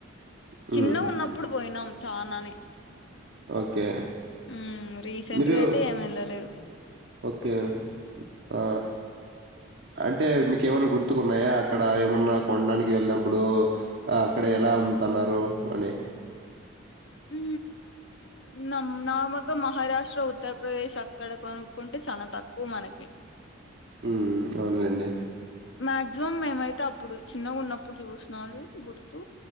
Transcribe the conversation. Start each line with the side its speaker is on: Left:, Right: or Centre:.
Right: హ్మ్.
Left: చిన్నగా ఉన్నప్పుడు పోయినాం చానానే
Right: ఓకే
Left: ఉమ్ రీసెంట్
Right: మీరు
Left: గా అయితే ఏం వెళ్ళలేదు
Right: ఓకే ఆ అంటే మీకు ఏమన్నా గుర్తుకున్నాయా అక్కడ ఏమన్నా కొండానికి వెళ్ళినప్పుడు అక్కడ ఎలా అమ్ముతున్నారు అని
Left: ఊ నమ్ నార్మల్గా మహారాష్ట్ర ఉత్తరప్రదేశ్ అక్కడ కొనుక్కుంటే చాలా తక్కువ మనకి
Right: హ్మ్. అవునులెండి.
Left: మా జూమ్ మేమైతే ఇప్పుడు చిన్నగా ఉన్నప్పుడు చూస్తున్నారు గుర్తు